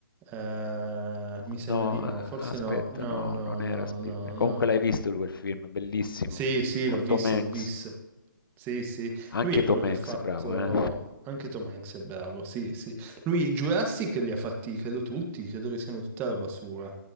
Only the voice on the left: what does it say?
No,
aspetta,
no,
non era
Spielberg.
Comunque
l'hai visto quel film, bellissimo,
con
Tom Hanks.
Anche
Tom
Hanks,
bravo, eh?